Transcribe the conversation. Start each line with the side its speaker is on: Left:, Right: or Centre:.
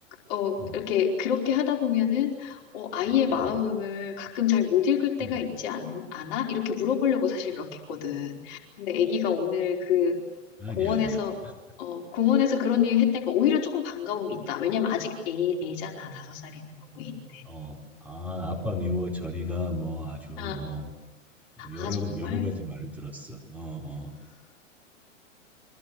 Left: 어,
Centre: 음, 음, 음.
Left: 이렇게, 그렇게 하다 보면은, 어, 아이의
Centre: 음,
Left: 마음을 가끔 잘 못 읽을 때가
Centre: 음, 음.
Left: 있지 않, 아 이렇게 물어보려고 사실 이렇게 했거든. 근데 아기가 오늘 그
Centre: 아니야,
Left: 공원에서,
Centre: 아니야, 아니야.
Left: 어, 공원에서 그런 일 했다니까 오히려 조금 반가움이 있다. 왜냐면 아직 애, 애잖아. 다섯 살이면 너무 애인데.
Centre: 어, 아, 아빠 미워 저리가 뭐 아주,
Left: 아,
Centre: 어, 여러,
Left: 아, 정말?
Centre: 여러 가지 말을 들었어. 어, 어.